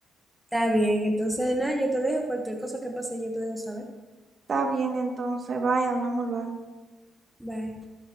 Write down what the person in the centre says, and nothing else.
Está bien, entonces nada, yo te dejo cualquier cosa que pase, yo te dejo saber.
Bye.